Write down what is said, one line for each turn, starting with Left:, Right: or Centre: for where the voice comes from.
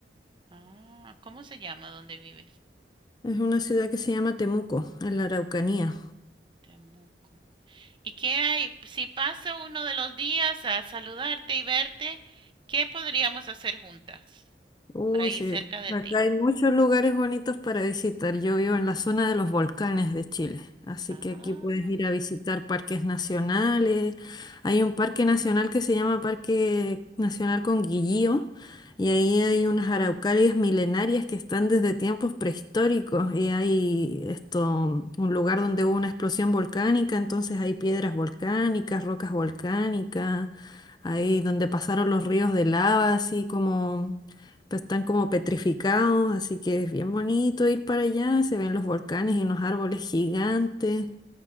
Right: Ah, ¿cómo se llama donde vives?
Left: Es una ciudad que se llama Temuco, en la Araucanía.
Right: Temu. ¿Y qué hay? Si pasa uno de los días a saludarte y verte, ¿qué podríamos hacer juntas?
Left: Uy,
Right: Por ahí
Left: sí.
Right: cerca de
Left: Acá
Right: ti.
Left: hay muchos lugares bonitos para visitar. Yo vivo en la zona de los volcanes de Chile, así
Right: Ah,
Left: que aquí puedes ir a visitar parques nacionales. Hay un parque nacional que se llama Parque Nacional Conguillío y ahí hay unas araucarias milenarias que están desde tiempos prehistóricos y hay esto, un lugar donde hubo una explosión volcánica, entonces hay piedras volcánicas, rocas volcánicas, ahí donde pasaron los ríos de lava, así como pues, Están como petrificados, así que es bien bonito ir para allá. Se ven los volcanes y unos árboles gigantes.